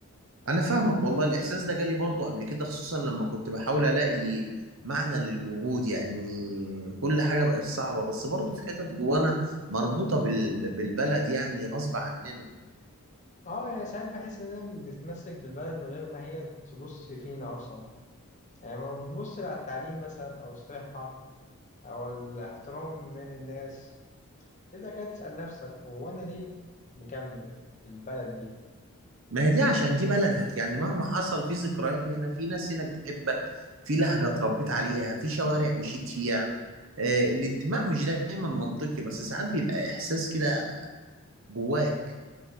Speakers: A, on the right; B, on the left.
A: انا فاهمك والله الاحساس ده جالي برضو قبل كده خصوصا لما كنت بحاول الاقي معنى للوجود يعني كل حاجة بقت صعبة بس برضو في حتت جوانا مربوطة بال... بالبلد يعني غصب عننا
B: اه يعني ساعات بحس اننا بنتمسك بالبلد من غير ما هي تبص فينا اصلا يعني لما بنبص على التعليم مثلا او الصحة أو الاحترام من الناس تبدأ كده تسأل نفسك هو أنا ليه مكمل في البلد دي
A: ما هي دي عشان دي بلدك يعني مهما حصل في ذكريات هنا في ناس هنا بتحبك في لهجة اتربيت عليها في شوارع مشيت فيها آه، الانتماء مش دايما منطقي بس ساعات بيبقى احساس كده جواك